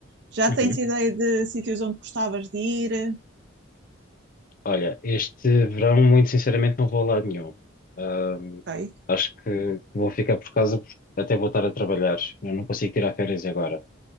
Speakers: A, on the right; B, on the left.
A: Já
B: Uhum.
A: tens ideia de sítios onde gostavas de ir?
B: Olha, este verão, muito sinceramente, não vou a lado nenhum. Ahm,
A: Ok.
B: acho que vou ficar por casa porque até vou estar a trabalhar. Eu não consigo tirar férias agora.